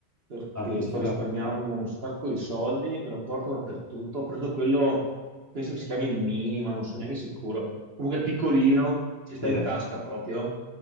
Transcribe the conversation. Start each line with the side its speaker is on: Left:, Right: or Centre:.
Right: perché
Left: ah, ci
Right: sto
Left: sta.
Right: risparmiando un sacco di soldi, me lo porto dappertutto. Ho preso quello, penso che si chiami Mini, ma non sono neanche sicuro. Comunque è piccolino, ci sta
Left: Sì.
Right: in tasca proprio